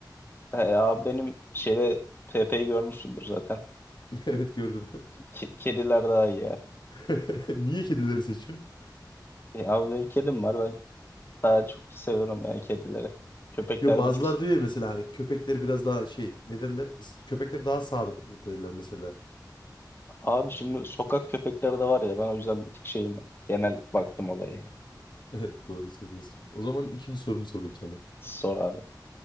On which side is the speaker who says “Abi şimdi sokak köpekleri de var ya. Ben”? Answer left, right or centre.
Left